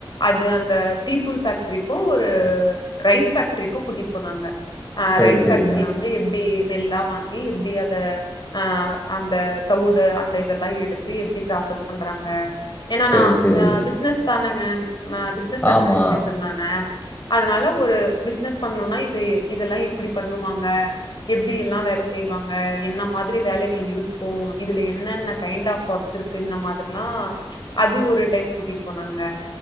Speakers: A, on the left (about 55°); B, on the left (about 20°).
A: அது அந்த டீத்தூள் ஃபேக்ட்ரிக்கு ஒரு ரைஸ் ஃபேக்ட்ரிக்கு கூட்டிட் போனாங்க ஆ
B: சேரி
A: ரைஸ்
B: சேரிங்க
A: ஃபேக்ட்ரில வந்து எப்டி நெல்லா வாங்கி எப்டி அத ஆ அந்த தவுடு அந்த இதெலா எடுத்து எப்டி ப்ராசஸ் பண்றாங்க ஏனா
B: சேரி
A: நா
B: சேரி
A: ந பிஸ்னஸ் தானேங்க அ பிஸ்னஸ் அட்மினிஸ்ட்ரேஷன்
B: ஆமா
A: தானே அதனால ஒரு பிஸ்னஸ் பண்ணுனா இது இதெலா எப்டி பண்ணுவாங்க எப்டியெல்லா வேல செய்வாங்க என்ன மாதிரி வேலைகள் இருக்கும் இதுல என்னென்ன கைண்ட் ஆஃப் ஒர்க்யிருக்கு இந்த மாதிர்ல்லாம் அது ஒரு டைம் கூட்டிட் போனாங்க